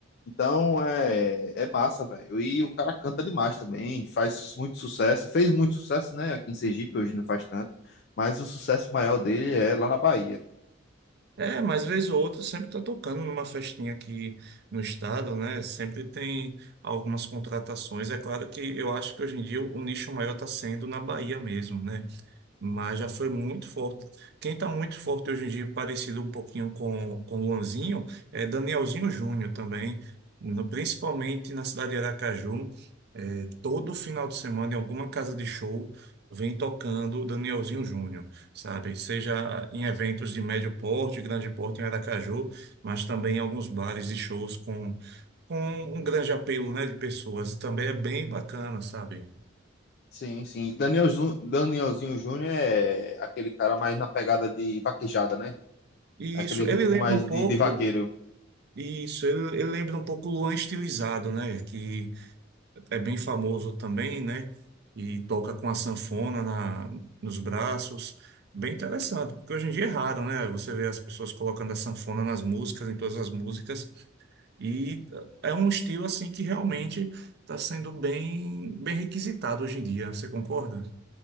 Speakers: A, on the left (about 55°); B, on the right (about 55°).
A: Então é, é massa, velho. E o cara canta demais também, faz su- muito sucesso. Fez muito sucesso, né? Aqui em Sergipe, hoje não faz tanto. Mas o sucesso maior dele é lá na Bahia.
B: É, mas vez ou outra sempre está tocando numa festinha aqui no estado, né? Sempre tem algumas contratações. É claro que eu acho que hoje em dia o nicho maior está sendo na Bahia mesmo, né? Mas já foi muito forte. Quem está muito forte hoje em dia, parecido um pouquinho com, com Luanzinho, é Danielzinho Júnior também, no- principalmente na cidade de Aracaju. todo final de semana em alguma casa de show vem tocando Danielzinho Júnior, sabe? Seja em eventos de médio porte, grande porte em Aracaju, mas também em alguns bares e shows com, com um grande apelo, né, de pessoas. Também é bem bacana, sabe?
A: Sim, sim. Daniel, Zu- Danielzinho Júnior é aquele cara mais na pegada de vaquejada, né?
B: E
A: Aquele
B: isso,
A: ritmo
B: ele lembra
A: mais
B: um pouco,
A: de, de vaqueiro.
B: isso, ele, ele lembra um pouco o Luan estilizado, né? Que é bem famoso também, né? E toca com a sanfona na, nos braços. Bem interessante, porque hoje em dia é raro, né? Você vê as pessoas colocando a sanfona nas músicas, em todas as músicas, e eh, é um estilo assim que realmente está sendo bem, bem requisitado hoje em dia. Você concorda?